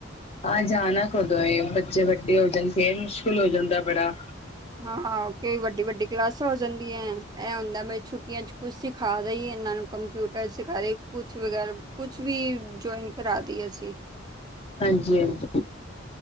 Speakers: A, on the left; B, on the right.
A: ਆਹ ਜਾਣਾ ਕਦੋਂ ਏ, ਬੱਚੇ ਵੱਡੇ ਹੋ ਜਾਣ ਫੇਰ ਮੁਸ਼ਕਿਲ ਹੋ ਜਾਂਦਾ ਏ ਬੜਾ।
B: ਹਾਂ ਹਾਂ, ਕਈ ਵੱਡੀ ਵੱਡੀ ਕਲਾਸਾਂ ਹੋ ਜਾਂਦੀਆਂ ਇਹ ਹੁੰਦਾ ਏ ਬਈ ਛੁੱਟੀਆਂ ਚ ਕੁਝ ਸਿਖਾ ਦੇਇਏ ਇਹਨਾਂ ਨੂੰ ਕੰਮ ਕੰਪਿਊਟਰ ਸਿਖਾਏ ਕੁਛ ਵਗੈਰਾ ਕੁਛ ਵੀ ਜੌਈਨ ਕਰਾ ਦੇਇਏ ਅਸੀਂ।
A: ਹਾਂਜੀ-ਹਾਂਜੀ।